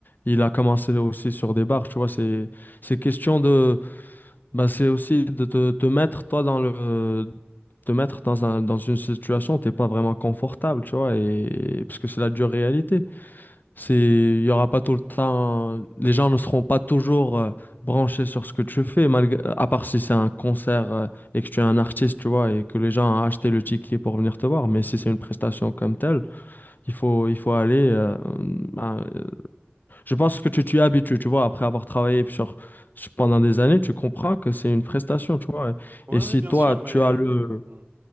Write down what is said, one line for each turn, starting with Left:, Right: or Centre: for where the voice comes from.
Left: il a commencé aussi sur des bars, tu vois. C'est, c'est question de... Bah, c'est aussi de te, te mettre toi dans le te mettre dans un, dans une situation où t'es pas vraiment confortable, tu vois, et parce que c'est la dure réalité. C'est, il y aura pas tout le temps, les gens ne seront pas toujours euh, branchés sur ce que tu fais, malgré, à part si c'est un concert euh, et que tu es un artiste, tu vois, et que les gens ont acheté le ticket pour venir te voir. Mais si c'est une prestation comme telle, il faut, il faut aller. euh, à- je pense que tu t'y habitues, tu vois, après avoir travaillé sur, sur- pendant des années, tu comprends que c'est une prestation, tu vois.
Right: Ouais,
Left: Et si
Right: ouais, bien
Left: toi,
Right: sûr,
Left: tu
Right: mais
Left: as le,
Right: Hmm.